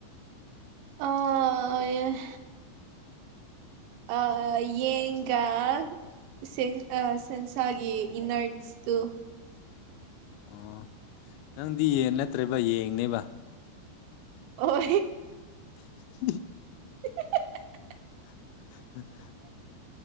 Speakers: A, on the right (about 80°); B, on the left (about 85°).
A: ꯑ ꯑ ꯌꯦꯉ ꯒ ꯁꯦ ꯑ ꯁꯦꯦꯟꯁꯒꯤ ꯏꯟꯅꯠꯁꯗꯨ
B: ꯑꯣ ꯅꯪꯗꯤ ꯌꯦꯟ ꯅꯠꯇ꯭ꯔꯦꯕ ꯌꯦꯡꯅꯦꯕ
A: ꯑꯣ
B: <inaudible>
A: <unintelligible>
B: <unintelligible>